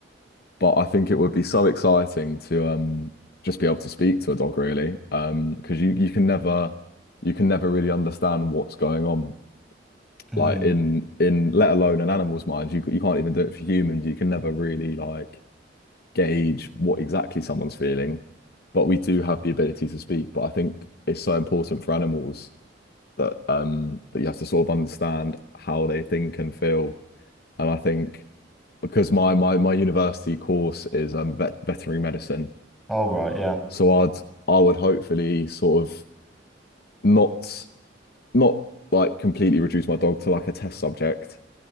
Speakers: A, on the left; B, in the centre.
A: but I think it would be so exciting to um just be able to speak to a dog really, um because you you can never you can never really understand what's going on
B: mm.
A: like in in let alone an animal's mind. You c- you can't even do it for humans. You can never really like gauge what exactly someone's feeling, but we do have the ability to speak. But I think it's so important for animals that um that you have to sort of understand how they think and feel and I think because my my my university course is um vet, veterinary medicine,
B: All right, yeah.
A: so I'd I would hopefully sort of not not like completely reduce my dog to like a test subject,